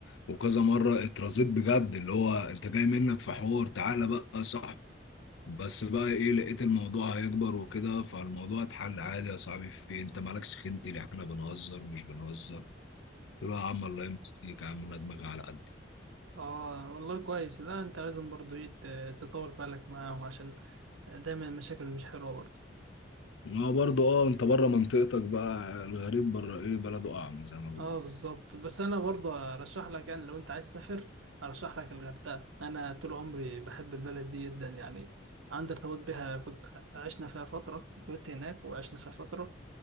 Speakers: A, on the left; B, on the right.
A: وكذا مره اترزيت بجد اللي هو انت جاي منك في حوار تعالى بقى صح بس بقى ايه لقيت الموضوع هيكبر وكده فالموضوع اتحل عادي يا صاحبي في إيه، انت مالك سخنتي اللي احنا بنهزر ومش بنهزر قلت له يا عم الله يمسيك يا عم انا دماغي على قد
B: اه والله كويس لا انت لازم برضو ايه ت- تطول بالك معاهم عشان دايما المشاكل مش حلوة برضو
A: ما هو برضه اه انت بره منطقتك بقى الغريب بره ايه بلده اعمى زي ما
B: اه بالظبط بس انا برضو ارشح لك يعني لو انت عايز تسافر ارشح لك الغردقة انا طول عمري بحب البلد دي جدا يعني عندي ارتباط بيها كنت عشنا فيها فترة كنت هناك وعشنا فيها فترة